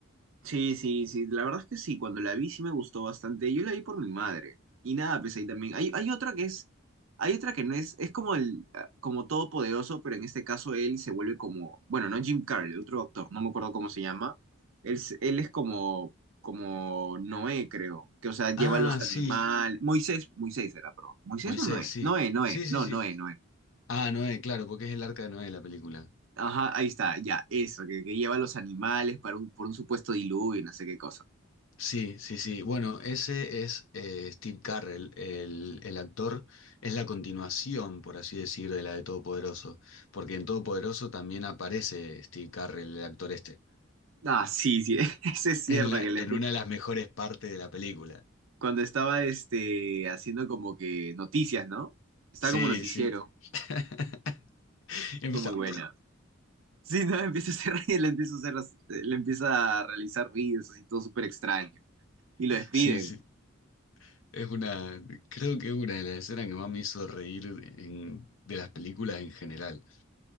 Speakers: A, on the right (about 70°); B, on the left (about 70°).
A: Sí, sí, sí, la verdad es que sí, cuando la vi sí me gustó bastante. Yo la vi por mi madre. Y nada, pues ahí también. Hay, hay otra que es, hay otra que no es, es como el, ah, como todopoderoso, pero en este caso él se vuelve como, bueno, no Jim Carrey, el otro actor, no me acuerdo cómo se llama. Él, se- él es como, como Noé, creo, que o sea, lleva
B: Ah,
A: los animales.
B: sí,
A: Moisés, Moisés era, perdón. ¿Moisés
B: Moisés,
A: o Noé?
B: sí,
A: Noé, Noé,
B: sí, sí,
A: no,
B: sí.
A: Noé, Noé.
B: Ah, Noé, claro, porque es el arca de Noé la película.
A: Ajá, ahí está, ya, eso, que, que lleva los animales para un, por un supuesto diluvio y no sé qué cosa.
B: Sí, sí, sí. Bueno, ese es eh, Steve Carrell, el, el actor, es la continuación, por así decir, de la de Todopoderoso, porque en Todopoderoso también aparece Steve Carrell, el actor este,
A: Ah, sí, sí, <laughs> eso es cierto
B: en la,
A: que le
B: en
A: empe-
B: una de las mejores partes de la película.
A: cuando estaba este haciendo como que noticias, ¿no? Estaba
B: Sí,
A: como noticiero,
B: sí. <laughs> Empieza.
A: fue muy buena. <laughs> Sí, no, empieza a hacer <laughs> le empieza a hacer, las- le empieza a realizar vídeos así todo súper extraño y lo despiden.
B: Sí, sí. Es una, creo que es una de las escenas que más me hizo reír en- de las películas en general.